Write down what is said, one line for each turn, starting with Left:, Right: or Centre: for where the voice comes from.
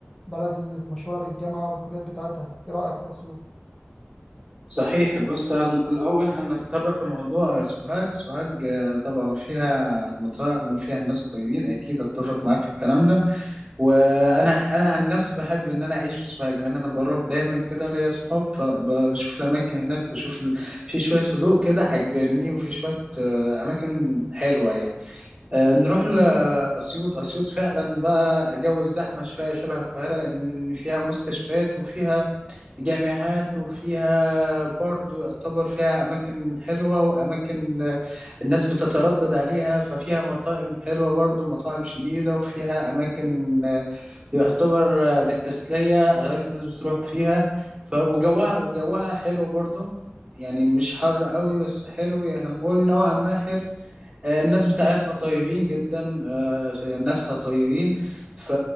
Left: بلد المشهورة بالجامعة والكليات بتاعتها إيه رأيك في أسيوط؟
Right: صحيح بص هن- الأول هنتطرق لموضوع سوهاج سوهاج آه، طبعا فيها المطاعم وفيها الناس طيبين أكيد أتفق معاك في الكلام ده وانا انا عن نفسي بحب ان انا اعيش في سوهاج لان انا بروح دايما كده ليا اصحاب فبشوف الاماكن هناك بشوف ال... في شويه هدوء كده عجباني وفي شويه آه، اماكن حلوه يعني آه، نروح لاسيوط اسيوط فعلا بقى جو الزحمه شويه شبه القاهره لان فيها مستشفيات وفيها جامعات وفيها برضو يعتبر فيها اماكن حلوه واماكن آه، الناس بتتردد عليها ففيها مطاعم حلوه برضو مطاعم شديده وفيها اماكن يعتبر آه، للتسلية أغلبية الناس بتروح فيها ف... وجوها وجوها حلو برضه يعني مش حر قوي بس حلو يعني هنقول نوعا ما حلو آه، الناس بتاعتها طيبين جدا آه، آه، ناسها طيبين ف